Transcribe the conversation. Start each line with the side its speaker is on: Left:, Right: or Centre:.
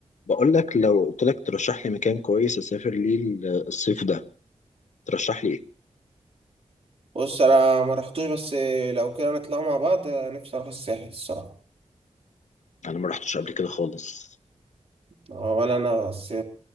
Left: بقول لك لو قلت لك ترشح لي مكان كويس اسافر ليه ال- الصيف ده ترشح لي ايه
Right: بص انا ما رحتوش بس لو كده نطلع مع بعض نفسي اروح الساحل الصراحه
Left: انا ما رحتش قبل كده خالص
Right: ولا انا بس